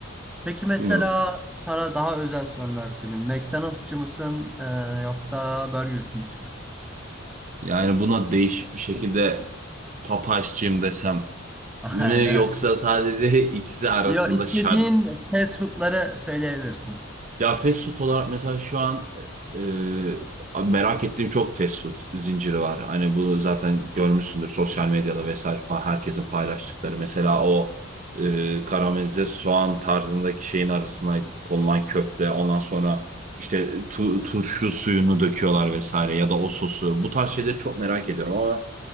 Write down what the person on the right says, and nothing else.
Bilmiyorum.
Yani buna değişik bir şekilde papaşçıyım desem
mi
yoksa
sadece <laughs> ikisi arasında
şar
Ya fast food olarak mesela şu an e, e, merak ettiğim çok fast food zinciri var. Hani bunu zaten görmüşsündür sosyal medyada vesaire falan herkesin paylaştıkları. Mesela o e, karamelize soğan tarzındaki şeyin arasına konulan köfte. Ondan sonra işte tu- turşu suyunu döküyorlar vesaire ya da o sosu. Bu tarz şeyleri çok merak ediyorum ama